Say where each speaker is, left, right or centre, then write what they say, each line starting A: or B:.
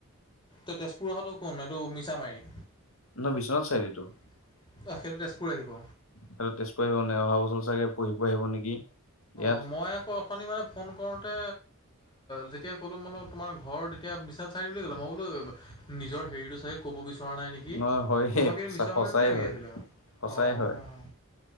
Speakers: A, on the left; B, on the left.
A: তেজপুৰ অহাটো কোন এইটো মিছামাৰি
B: ন' বিশ্বনাথ চাৰিআলি সেইটো।
A: অ', সেইটো তেজপুৰ আহিব।
B: সেইটো তেজপুৰ আহিব নাই অহা বছৰ চাগে পঢ়িব আহিব নেকি। ইয়াত
A: অ', মই আপুনি মানে ফোন কৰোঁতে যেতিয়া ক'লোঁ বোলো তোমাৰ ঘৰ তেতিয়া বিশ্বনাথ চাৰিআলি বুলি ক'লে মই বোলো নিজৰ হেৰিটো চাগে ক'ব বিচৰা নাই নেকি,
B: নহয় হয়ে
A: মই কিন্তু
B: সঁচা
A: মিছামাৰি
B: সঁচাই
A: বুলিয়ে ভাবি
B: হয়
A: আছিলোঁ
B: সঁচাই
A: অ',
B: হয়